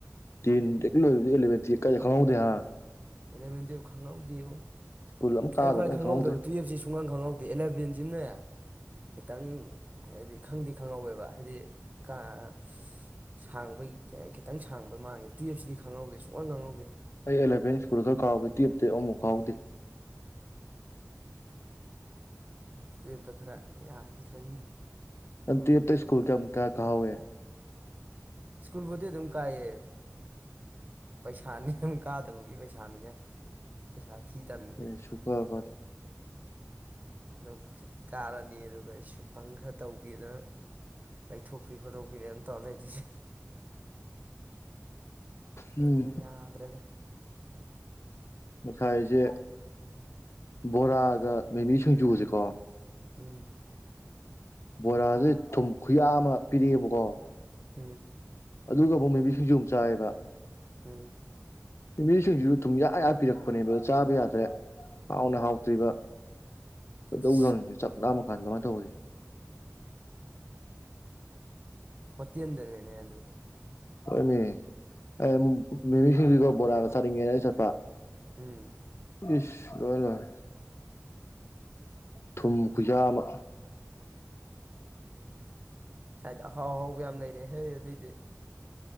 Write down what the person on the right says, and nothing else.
ꯑꯦꯂꯕꯦꯟ ꯇꯨꯋꯞ ꯈꯪꯍꯧꯗꯦꯕꯣ
ꯑꯩꯅ ꯈ꯭ꯋꯥꯏ
ꯈꯪꯍꯧꯗꯕ
ꯇꯨꯌꯦꯞꯁꯦ ꯁꯨꯡꯈꯪ ꯈꯪꯍꯧꯗꯦ ꯑꯦꯂꯦꯚꯦꯟ ꯖꯤꯅꯦ ꯈꯤꯇꯪ ꯍꯥꯏꯗꯤ ꯈꯪꯗꯤ ꯈꯪꯍꯧꯋꯦꯕ ꯍꯥꯏꯗꯤ ꯀꯥ <unintelligible> ꯁꯥꯡꯕꯩ ꯈꯤꯇꯪ ꯁꯥꯡꯕ ꯃꯥꯡꯉꯦ ꯇꯨꯋꯦꯞꯁꯤꯗꯤ ꯈꯪꯍꯧꯗꯦ ꯁꯨꯛꯈꯪ ꯈꯪꯍꯧꯗꯦ
ꯇꯨꯋꯦꯞꯇ ꯈꯔ ꯌꯥꯒꯤꯗꯔꯦꯅꯦ꯫
ꯁ꯭ꯀꯨꯜꯕꯨꯗꯤ ꯑꯗꯨꯝ ꯀꯥꯏꯌꯦ ꯄꯩꯁꯥꯅꯤ ꯑꯗꯨꯝ ꯀꯥꯗꯕꯒꯤ ꯄꯩꯁꯥꯅꯤꯅ ꯄꯩꯁꯥ ꯊꯤ ꯇꯟꯕꯅꯦ
ꯑ ꯀꯥꯔꯅꯤ ꯑꯗꯨꯒ ꯑꯩ ꯁꯨꯝ ꯕꯪ ꯈꯔ ꯇꯧꯕꯤꯗ ꯂꯩꯊꯣꯛꯄꯤ ꯈꯣꯠꯇꯣꯛꯄꯤꯅꯦ ꯇꯧꯔ ꯂꯩꯗꯨꯏꯁꯦ꯫
ꯑꯗꯨꯅ ꯌꯥꯗ꯭ꯔꯦꯗ꯫
ꯎꯝ
ꯎꯝ
ꯎꯝ
ꯑꯁ
ꯐꯠꯇꯤꯗꯅꯦꯅꯦ ꯑꯗꯨ
ꯎꯝ
ꯍꯥꯏꯗ ꯍꯥꯎ ꯍꯥꯎ ꯎ ꯌꯥꯝ ꯂꯩꯔꯦ ꯍꯣꯏ ꯑꯗꯨꯏꯗꯤ